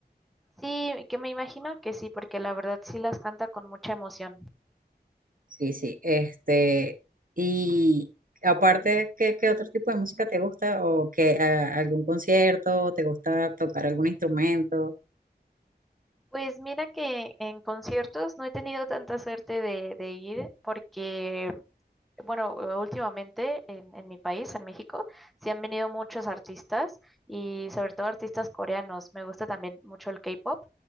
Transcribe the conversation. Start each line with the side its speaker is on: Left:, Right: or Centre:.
Centre: Sí, que me imagino que sí, porque la verdad sí las canta con mucha emoción.
Right: Sí, sí, este, y aparte, ¿qué, qué otro tipo de música te gusta? ¿O que a- algún concierto? ¿Te gusta tocar algún instrumento?
Centre: Pues mira que en conciertos no he tenido tanta suerte de, de ir porque bueno, eh, últimamente en, en mi país, en México, sí han venido muchos artistas y sobre todo artistas coreanos. Me gusta también mucho el K-pop